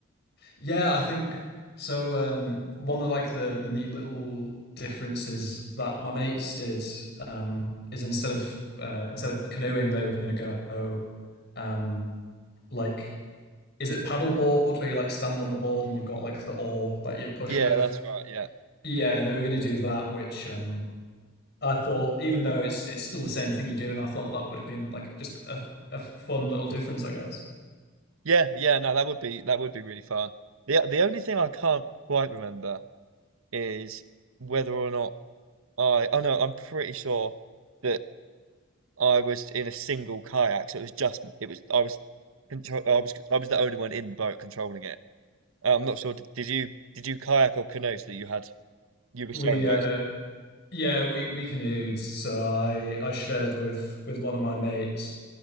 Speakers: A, on the left; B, on the right.
A: Yeah, I think so. Um, one of like the the neat little differences that my mates did um, is instead of uh, instead of canoeing, they were going to go um, like is it paddleboard where you like stand on the board and you've got like the oar that you push
B: Yeah,
A: with?
B: that's right. Yeah.
A: Yeah, they were going to do that, which um, I thought, even though it's it's still the same thing you do, and I thought that would have been like just a, a fun little difference, I guess.
B: Yeah, yeah, no, that would be that would be really fun. The the only thing I can't quite remember is whether or not I oh no, I'm pretty sure that I was in a single kayak, so it was just it was I was control I was I was the only one in the boat controlling it. Uh, I'm not sure did, did you did you kayak or canoe so that you had you were
A: We
B: sharing boats?
A: uh yeah, we we canoed, so I I shared with with one of my mates,